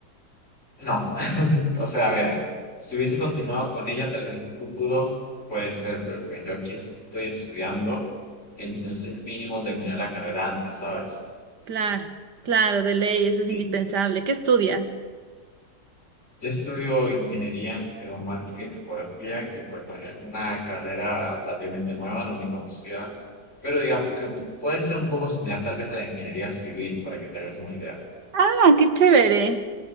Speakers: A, on the left (about 45°); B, on the right (about 75°).
A: No, <laughs> o sea, a ver, si hubiese continuado con ella, tal vez en un futuro puede ser, pero pues yo aquí estoy estudiando, entonces mínimo terminar la carrera antes, ¿sabes?
B: Claro, claro, de ley, eso
A: Sí,
B: es indispensable. ¿Qué estudias?
A: yo estudio ingeniería geomática y topografía, que pues bueno, es una carrera relativamente nueva, no muy conocida, pero digamos que puede ser un poco similar tal vez a la ingeniería civil, para que te hagas una idea.
B: Ah, qué chévere.